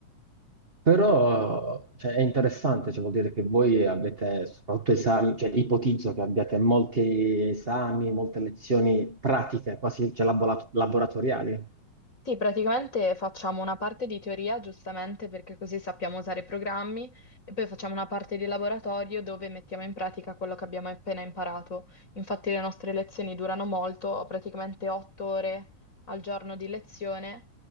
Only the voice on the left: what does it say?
Sì, praticamente facciamo una parte di teoria, giustamente perché così sappiamo usare i programmi, e poi facciamo una parte di laboratorio dove mettiamo in pratica quello che abbiamo appena imparato. Infatti le nostre lezioni durano molto, ho praticamente otto ore al giorno di lezione